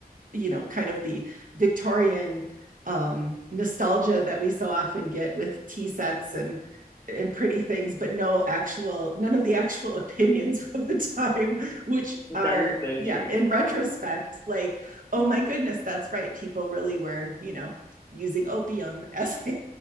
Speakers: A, on the right (about 55°); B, on the left (about 15°).
A: you know kind of the victorian um nostalgia that we so often get with tea sets and and pretty things but no actual none of the actual opinions <laughs> of the time which are
B: that is so
A: yeah
B: true.
A: in retrospect like oh
B: <laughs>
A: my goodness that's right people really were you know using opium <laughs> as a